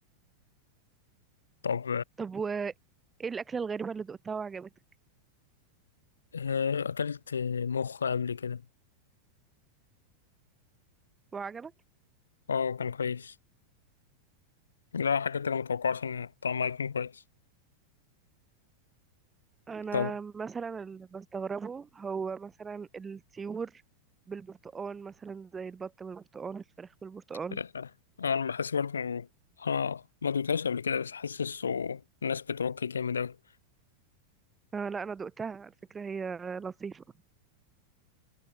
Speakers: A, on the left; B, on the right.
A: طب
B: طب وايه الاكله الغريبه اللي دقتها وعجبتك
A: آه، أكلت مخ قبل كده
B: وعجبك
A: اه كان كويس لا حاجة كده متوقعش إن طعمها يكون كويس
B: انا
A: طب
B: مثلا اللي بستغربه هو مثلا الطيور بالبرتقال مثلا زي البط بالبرتقال الفراخ بالبرتقال
A: آه، أنا بحس برضه إنه- اه ما دوتهاش قبل كده بس حاسس الناس بتوكي جامد أوي
B: آه لا انا دقتها على فكره هي لطيفه